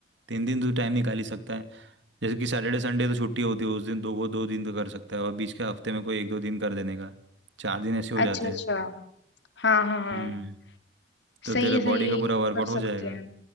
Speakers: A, on the right (about 70°); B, on the left (about 65°).
A: तीन दिन तू टाइम निकाल ही सकता है जैसे कि सैटरडे संडे तो छुट्टी होती है उस दिन दो वो दो दिन तो कर सकता है और बीच के हफ्ते में कोई एक दो दिन कर देने का चार दिन ऐसे हो
B: अच्छा
A: जाते
B: अच्छा
A: हैं
B: हाँ हाँ हाँ
A: हम्म
B: सही
A: तो तेरा
B: है सही
A: बॉडी
B: है
A: का
B: ये
A: पूरा
B: हम
A: वर्कआउट
B: कर सकते
A: हो जाएगा
B: हैं